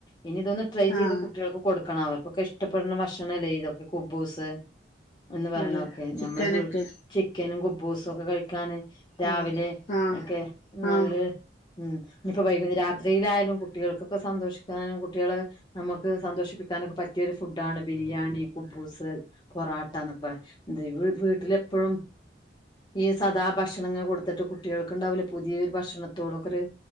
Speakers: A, on the left (about 25°); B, on the left (about 40°).
A: ഇനി ഇതൊന്ന് ട്രൈ ചെയ്ത്
B: ആ
A: കുട്ടികൾക്ക് കൊടുക്കണം അവർ ക്ക്‌ ഇഷ്ടപ്പെടുന്ന ഭക്ഷണല്ലേ ഇതൊക്കെ കുബൂസ് എന്ന് പറയണതൊക്കെ
B: അതെ ചിക്കനൊക്കെ
A: നമ്മള് ചിക്കനും കുബ്ബൂസൊക്കെ കഴിക്കാന് രാവിലെ
B: അതെ ആഹ്
A: ഒക്കെ നല്ല
B: ആഹ്
A: ഉം ഇനിയിപ്പോ വൈകു രാത്രിയിലായാലും കുട്ടികൾക്കൊക്കെ സന്തോഷിക്കാനും കുട്ടികളെ നമുക്ക് സന്തോഷിപ്പിക്കാ നുമൊക്കെ പറ്റിയൊരു ഫുഡാണ് ബിരിയാണി കുബൂസ് പൊറോട്ട എന്നൊക്കെ പറയന്നേ വീട്ടിലെ എപ്പളും ഈ സദാ ഭക്ഷണങ്ങള് കൊടുത്തിട്ട് കുട്ടികൾക്ക് ഉണ്ടാവില്ല പുതിയൊരു ഭക്ഷണത്തോടെക്കെ ഒരു